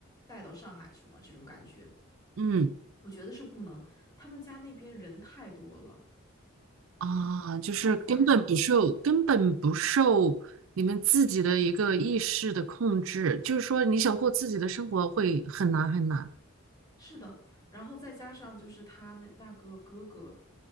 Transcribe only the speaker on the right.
嗯。
啊，就是根本不受，
根本不受你们自己的一个意识的控制，就是说你想过自己的生活会很难很难。